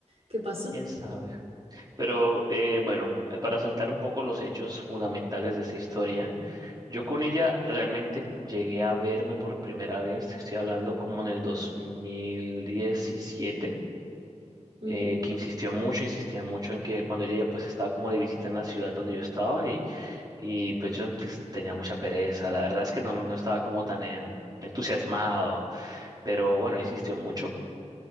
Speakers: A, on the right; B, on the right.
A: ¿Qué pasó?
B: quién sabe. Pero eh, bueno, eh, para saltar un poco los hechos fundamentales de esta historia, yo con ella realmente llegué a verme por primera vez, estoy hablando como en el 2017
A: Ujú.
B: eh, que insistió mucho, insistía mucho en que cuando ella pues estaba como de visita en la ciudad donde yo estaba Y pues yo pues, tenía mucha pereza, la verdad es que no, no estaba como tan en- entusiasmado, pero bueno, insistió mucho.